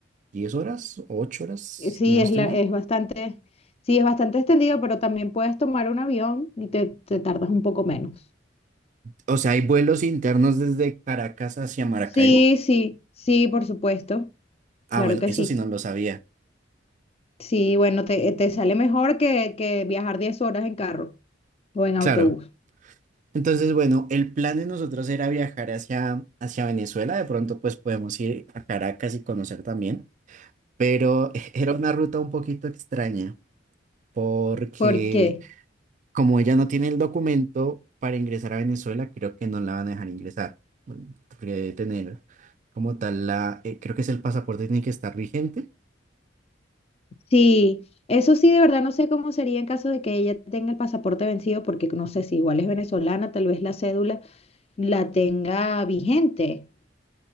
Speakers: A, on the right; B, on the left.
A: 10 horas, 8 horas,
B: Eh, Sí,
A: y no
B: es,
A: estoy
B: la-
A: mal.
B: es bastante, sí, es bastante extendido, pero también puedes tomar un avión y te, te tardas un poco menos.
A: O sea, hay vuelos internos desde Caracas hacia Maracaibo.
B: Sí, sí, sí, por supuesto.
A: Ah,
B: Claro
A: bueno,
B: que
A: eso
B: sí.
A: sí no lo sabía.
B: Sí, bueno, te, te sale mejor que, que viajar 10 horas en carro o en autobús.
A: Claro. Entonces, bueno, el plan de nosotros era viajar hacia, hacia Venezuela. De pronto, pues podemos ir a Caracas y conocer también. Pero <laughs> era una ruta un poquito extraña porque
B: Porque
A: como ella no tiene el documento para ingresar a Venezuela, creo que no la van a dejar ingresar. Bueno, porque debe tener como tal la, eh, creo que es el pasaporte tiene que estar vigente,
B: sí, eso sí, de verdad no sé cómo sería en caso de que ella tenga el pasaporte vencido, porque no sé si igual es venezolana, tal vez la cédula la tenga vigente,